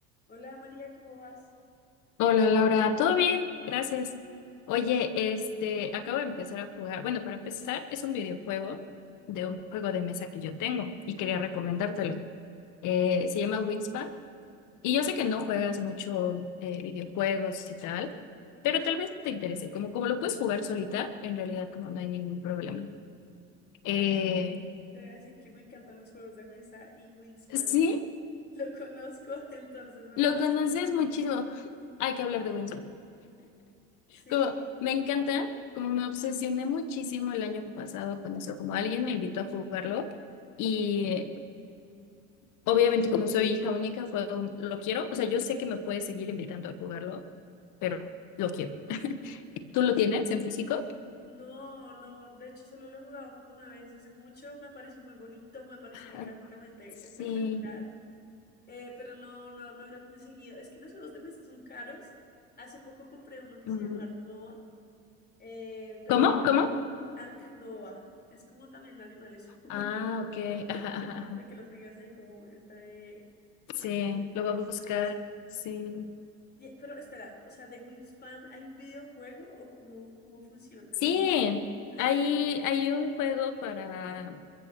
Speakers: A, on the left (about 30°); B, on the left (about 65°).
A: Hola María, ¿cómo vas?
B: Hola Laura, ¿todo bien? Gracias. Oye, este, acabo de empezar a jugar. Bueno, para empezar, es un videojuego de un juego de mesa que yo tengo y quería recomendártelo. Eh, se llama Wingspan y yo sé que no juegas mucho eh, videojuegos y tal, pero tal vez te interese. Como, como lo puedes jugar solita, en realidad como no hay ningún problema. Eh,
A: Ay, no, te voy a decir que me encantan los juegos de mesa y Wingspan.
B: sí,
A: Lo conozco, <laughs> entonces me
B: Lo
A: parece
B: conoces
A: tremendo.
B: muchísimo. Hay que hablar de Wings <laughs>
A: Sí,
B: Como, me encanta, como me obsesioné muchísimo el año pasado con eso, como alguien me invitó a jugarlo y eh, obviamente como soy hija única fue un, lo quiero, o sea, yo sé que me puedes seguir invitando a jugarlo, pero lo quiero. ¿Tú lo tienes en físico?
A: no, no, de hecho solo lo he jugado como una vez hace mucho, me pareció muy bonito, me parecía
B: Ajá.
A: gráficamente
B: Sí.
A: espectacular, eh, pero no, no, no lo he conseguido. Es que los juegos de mesa son caros. Hace poco compré uno que
B: Mm.
A: se llama Ark Nova, eh, pero
B: ¿Cómo?
A: no sabía-
B: ¿Cómo?
A: Ark Nova. Es como también animales <laughs> un
B: Ah,
A: poco.
B: ok. Ajá, ajá, ajá.
A: para que lo tengas ahí como entre tus
B: Sí,
A: pendientes
B: lo
A: de
B: voy
A: juegos
B: a buscar.
A: de mesa.
B: Sí.
A: Y- pero espera, o sea, de Wingspan hay un videojuego o cómo, cómo funciona,
B: Sí,
A: no entiendo. Ah,
B: hay, hay un juego para,